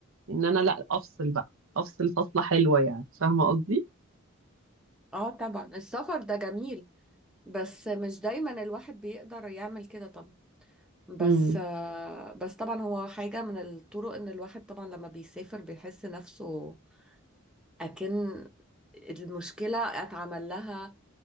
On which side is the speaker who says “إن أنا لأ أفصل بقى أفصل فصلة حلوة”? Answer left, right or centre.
Right